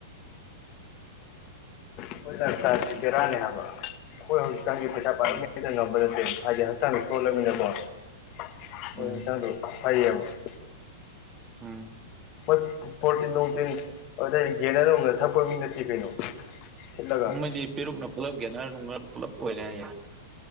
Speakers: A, on the left; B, on the right.
A: ꯑꯩꯈꯣꯏꯅ ꯆ ꯖꯦ ꯕꯦꯔꯥꯅꯦ ꯍꯥꯏꯕ ꯑꯩꯈꯣꯏ ꯍꯧꯖꯤꯛꯀꯥꯟꯒꯤ ꯄꯩꯁꯥ ꯄꯥꯏꯔꯛ
B: ꯎꯝ
A: ꯃꯤꯗ ꯉꯝꯕ ꯅꯠꯇꯦ ꯍꯥꯏꯗꯤ
B: ꯎꯝ
A: <unintelligible>
B: ꯎꯝ
A: ꯍꯣꯏ ꯐꯣꯔꯇꯤꯟ ꯅꯨꯡꯇꯤꯟ ꯑꯗꯩ ꯒꯦꯟꯅꯔ ꯅꯨꯡꯅꯔ ꯊꯛꯄ ꯃꯤ ꯅꯠꯇꯦ ꯀꯩꯅꯣ ꯊꯤꯠꯂꯒ
B: ꯃꯣꯏꯗꯤ ꯄꯦꯔꯨꯛꯅ ꯄꯨꯂꯞ ꯒꯦꯟꯅꯔ ꯅꯨꯡꯅꯔ ꯄꯨꯂꯞ ꯑꯣꯏꯔꯦ ꯍꯥꯏꯌꯦ